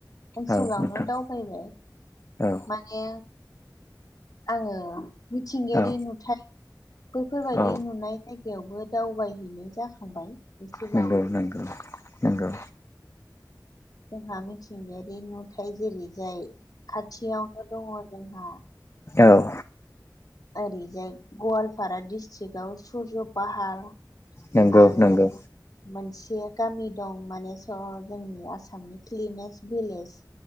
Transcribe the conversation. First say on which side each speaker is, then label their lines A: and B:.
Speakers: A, on the left; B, on the left.
A: ओनसोलावनो
B: औ नोंथां
A: दावबायबाय।
B: औ
A: माने आङो मिथिंगायारि
B: औ
A: नुथाय बैफोरबायदि
B: औ
A: नुनाय जायगायावबो दावबायहैनाय जाखांबाय एसे
B: नंगौ
A: बावैसो
B: नंगौ नंगौ
A: जोंहा मिथिंगायारि नुथाय जेरै जाय खाथियावनो दङ जोंहा
B: औ
A: ओरैजाय गवालपारा डिस्ट्रिकआव सुरज पाहार
B: नंगौ
A: आरो
B: नंगौ
A: मोनसे गामि दं माने स जोंनि आसामनि क्लिनेस्ट भिलेज